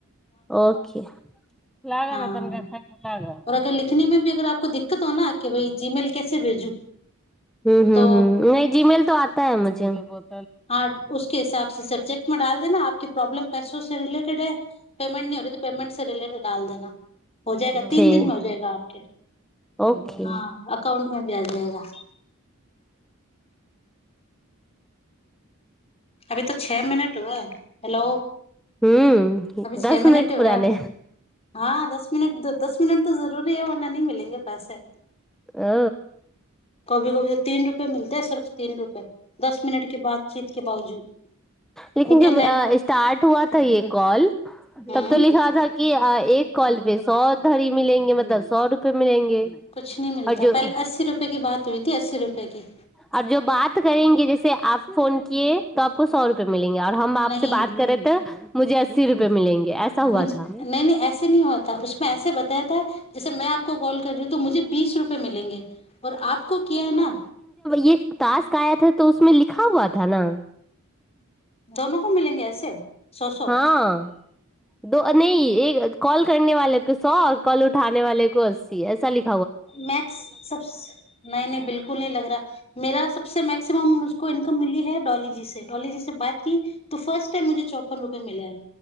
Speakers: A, in the centre; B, on the left.
A: ओके लागऽ
B: हाँ
A: नऽ तनिका खाना लाग हूँ
B: और अगर लिखने में भी अगर आपको दिक्कत हो ना कि भाई जीमेल कैसे भेजूं
A: हूँ हूँ
B: तो
A: हूँ नहि जीमेेल तो आता है मुझे बहुत
B: हँ उसके हिसाब से सब्जेक्ट मे डाल देना आपके प्रॉब्लम पैसो से रिलेटेड है पेमेंट नहि हो रहि थी पेमेंट से रिलेटेड डाल देना हो जाएगा तीन
A: ठीक
B: दिन मे हो जाएगा आपके
A: ओके
B: हँ अकाउंट मे भी आ जाएगा अभी तो छे मिनट हुए है हेलो
A: हम्म
B: अभी छे
A: दस
B: मिनट ही हुए
A: पुराने
B: हैं अभी हँ दस मिनट दस मिनट तो जरूरी है वरना नहि मिले लिये पैसे
A: ओ
B: कभी कभी तो तीन रुपये मिलते है सिर्फ तीन रुपये दस मिनट के बातचीत के बावजूद
A: लेकिन
B: वो
A: जब
B: क्या नेटवर्क
A: स्टार्ट हुआ था ये कॉल
B: हम्म
A: तब तो लिखा था कि एक कॉल पे सौ धड़ी मिलेंगे मतलब सौ रुपये मिलेंगे
B: कुछ नहि मिलता
A: और जो
B: पहिले अस्सी रुपए बात हुई थी अस्सी रुपए पैेके
A: आओर जो बात करेंगे जैसे आप फोन किए तो आपको सौ रुपए मिलेंगे और हम आपसे
B: नहीं
A: बात कर रहे थे मुझे ऐसा अस्सी रूपये मिलेंगे ऐसा हुआ
B: मुझे
A: था
B: नहि नहि ऐसे नहि हुआ था उसमे ऐसे बताया था जैसे मैं आपको कॉल कर रही हूँ तो मुझे बीस रुपए मिलेंगे और आपको किया है न
A: एक टास्क आया था तो उसमे लिखा हुआ था न
B: दोनो को मिलेंगे ऐसे सौ सौ
A: हँ दो नहि एक अथि कॉल करने वाले को सौ आओर कॉल उठाने वाले को अस्सी ऐसा लिख
B: मैक्स नहि नहि बिल्कु न लग रहा मेरा सबसँ मैकसिममको इन्नकम मिली है डॉलीजी से डॉलीजी से बात की तो फर्स्ट टाइम मुझे चौप्पन रुपए मिलै है